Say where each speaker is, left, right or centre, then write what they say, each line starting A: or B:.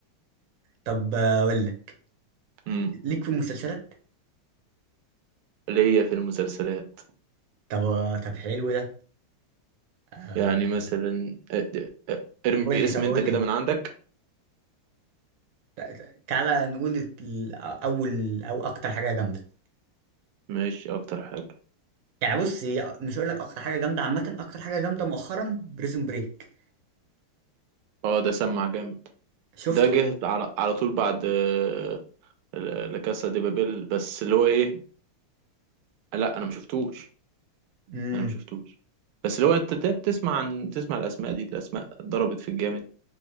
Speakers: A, on the right (about 65°); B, on the right (about 80°).
A: طب اقول لك
B: امم
A: ليك في المسلسلات
B: اللي هي في المسلسلات
A: طب طب حلو ده آه،
B: يعني مثلا أ- د- أ- ارمي
A: قول لي
B: اسم
A: طب قول
B: انت كده
A: لي انت
B: من عندك
A: تع- تعالى نقول ال- اول او اكتر حاجه جامده
B: ماشي اكتر حاجة
A: يعني بص هي مش هقول لك اكتر حاجه جامده عامه اكتر حاجه جامده مؤخرا بريزون بريك
B: اه ده سمع جامد
A: شفته
B: ده جه على على طول بعد آه، لا كاسا دي بابيل بس اللي هو ايه لا انا ما شفتوش
A: امم
B: انا ما شفتوش بس اللي هو انت ت- بتسمع عن تسمع الاسماء دي الاسماء ضربت في الجامد